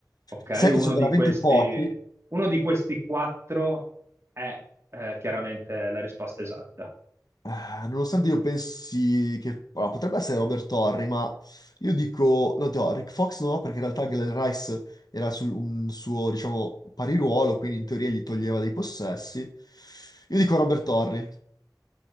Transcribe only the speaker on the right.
Ok,
uno
di
questi,
uno di questi quattro è eh, chiaramente la risposta esatta.